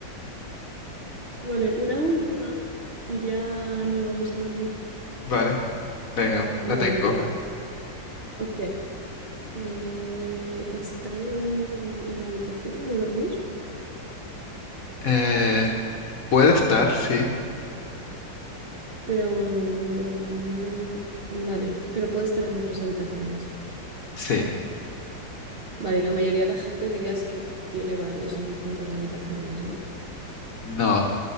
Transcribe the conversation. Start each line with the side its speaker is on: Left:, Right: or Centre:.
Right: <laughs> Vale, una última y ya nos vamos a dormir.
Left: Vale, venga, la
Right: Venga,
Left: tengo.
Right: te toca. Ok. eh, ¿está en, en la habitación de dormir?
Left: Eh, ¿puede estar? Sí.
Right: Pero n- normal, vale, pero puede estar en otras habitaciones.
Left: Sí.
Right: Vale, y la mayoría de la gente dirías que tiene varios en distintas habitaciones, ¿no?
Left: No.